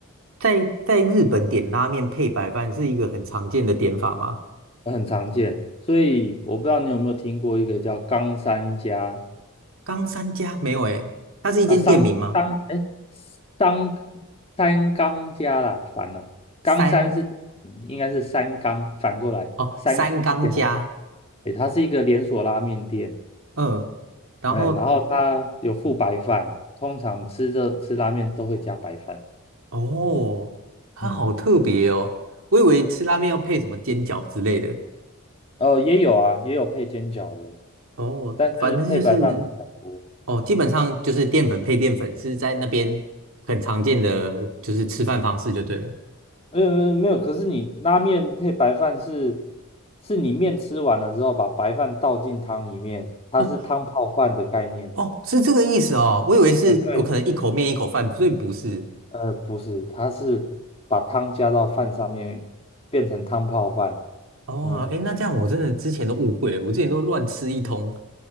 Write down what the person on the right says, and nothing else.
在在日本点拉面配白饭是一个很常见的点法吗？
冈三加没有哎，它是一间店名吗？
三
哦，三冈加
嗯，然后
哦，它好特别哦，
我以为吃拉面要配什么煎饺之类的。
哦，
反正就是，哦，基本上就是淀粉配淀粉是在那边很常见的，就是吃饭方式就对了。
哦哦，是这个意思哦，我以为是我可能一口面一口饭，
所以不是。
哦，
哎，那这样我真的之前都误会了，我之前都乱吃一通，